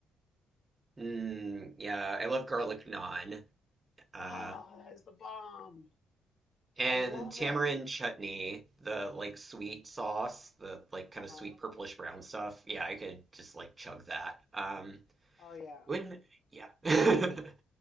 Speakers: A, on the right; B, on the left.
A: Mm, yeah, I love garlic naan. Uh,
B: Ah, that is the bomb.
A: And
B: I love
A: tamarind
B: it.
A: chutney, the like sweet sauce, the like kind
B: Uh
A: of
B: huh.
A: sweet purplish brown stuff. Yeah, I could just like chug that. Um,
B: Oh yeah.
A: when, yeah. <laughs>